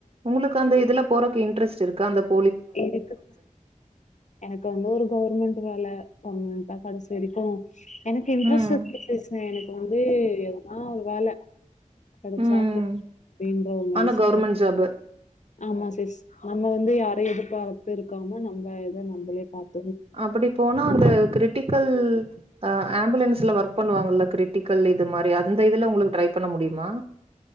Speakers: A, on the right; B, on the left.
A: உங்குளுக்கு அந்த இதுலப் போறக்கு இன்ட்ரஸ்ட் இர்க்கா அந்தப்
B: இருக்கு எனக் வந்து ஒரு கௌர்மெண்ட் வேல வாங்கணுன் தா கன்சி வரிக்கு எனக்கு இன்ட்ரஸ்
A: ம்
B: இர்க்கு சிஸ்னே எனக் வந்தே எது னாவ் வேல கெடச்சா
A: ம்
B: போ பீன்ற ஒரு மைண்செட்ல
A: ஆனா கவர்மெண்ட் ஜாப்
B: ஆமா சிஸ் நம்ம வந்து யாரையு எதிர்பார்த்திருக்கமா நம்ப இத நம்பளே பாத்
A: அப்படி போனா அந்த க்ரிட்டிக்கல் அ ஆம்புலன்ஸ்ல வர்க் பண்ணுவாங்கல்ல க்ரிட்டிக்கல் இது மாரி அந்த இதுல உங்குளுக்கு ட்ரை பண்ண முடியுமா